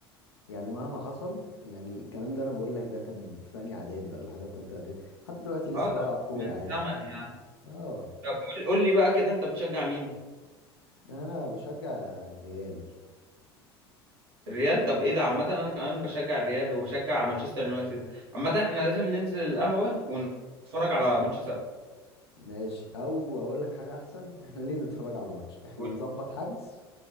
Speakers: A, on the left; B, on the right.
A: يعني مهما حصل يعني الكلام ده انا بقول لك ده كان في تانية اعدادي ولا حاجة وتالتة اعدادي لحد دلوقتي لسه
B: اه
A: بلعب
B: ده
A: كورة
B: من
A: عادي
B: زمن يعني
A: اه
B: طب قول قول لي بقى كده انت بتشجع مين
A: انا بشجع الريال
B: الريال طب ايه ده عامه انا كمان بشجع الريال وبشجع مانشستر يونايتد عامه احنا لازم ننزل القهوه ونتفرج على ماتش سوا
A: ماشي او اقول لك حاجه احسن احنا ليه نتفرج على ماتش احنا
B: قول
A: نظبط حجز